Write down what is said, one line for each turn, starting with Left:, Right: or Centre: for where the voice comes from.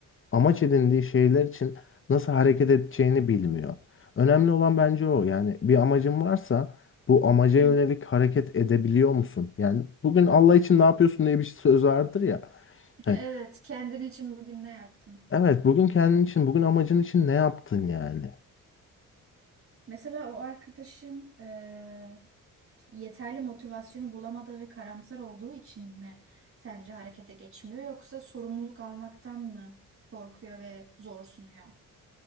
Left: amaç edindiği şeyler için nasıl hareket edeceğini bilmiyor. Önemli olan bence o. Yani bir amacın varsa bu amaca yönelik
Right: Hı.
Left: hareket edebiliyor musun? Yani bugün Allah için ne yapıyorsun diye bir şey söz vardır ya. Hani,
Right: Evet. Kendin için bugün ne yaptın?
Left: evet bugün kendin için, bugün amacın için ne yaptın yani?
Right: Mesela o arkadaşın eee, yeterli motivasyonu bulamadığı ve karamsar olduğu için mi sence harekete geçmiyor yoksa sorumluluk almaktan mı korkuyor ve zor sunuyor?